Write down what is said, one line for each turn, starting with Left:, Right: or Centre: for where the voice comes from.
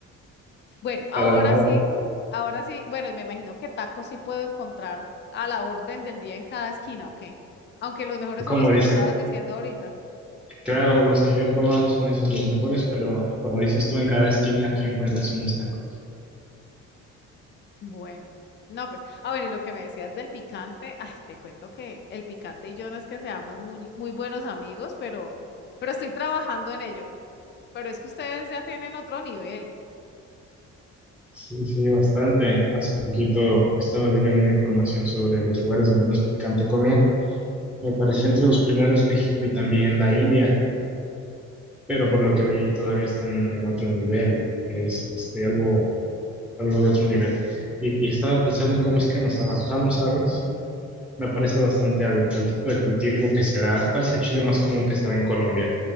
Left: Bueno, ahora
Centre: Para nada.
Left: sí, ahora sí, bueno, y me imagino que tacos sí puedo encontrar a la orden del día en cada esquina, o qué Aunque los mejores
Centre: Y Como
Left: son los que
Centre: dice,
Left: me estabas diciendo ahorita.
Centre: claro, los que yo he probado son esos los mejores, pero como dices tú, en cada esquina aquí encuentras unos tacos.
Left: Bueno, no, pues, ah, bueno, y lo que me decías del picante, ay, te cuento que el picante y yo no es que seamos muy, muy buenos amigos, pero, pero estoy trabajando en ello. Pero es que ustedes ya tienen otro nivel.
Centre: Sí, sí, bastante. Hace poquito pues, estaba leyendo una información sobre los lugares donde más picante comían. Me pareció entre los primeros México y también la India. pero por lo que leí todavía están en otro nivel, es este, algo, algo de otro nivel. Y, y estaba pensando en cómo es que nos adaptamos, ¿sabes? Me parece bastante al, al tipo de cultivo que se da. ¿Cuál es el chile más común que se da en Colombia?